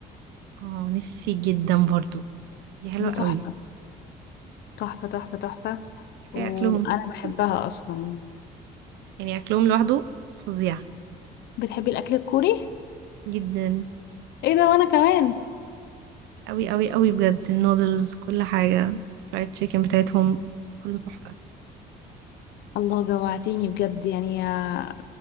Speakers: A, on the right (about 85°); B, on the left (about 75°).
A: اه نفسي جدا برضو دي حلوة
B: دي
A: قوي
B: تحفة تحفة تحفة تحفة
A: كفاية
B: وانا
A: اكلهم
B: بحبها
A: <laughs>
B: اصلا يعني
A: يعني اكلهم لوحده فظيع
B: بتحبي الاكل الكوري
A: جدا
B: ايه ده وانا كمان
A: قوي قوي قوي بجد النودلز كل حاجة فرايد تشيكن بتاعتهم كله تحفة
B: الله جوعتيني بجد يعني يا-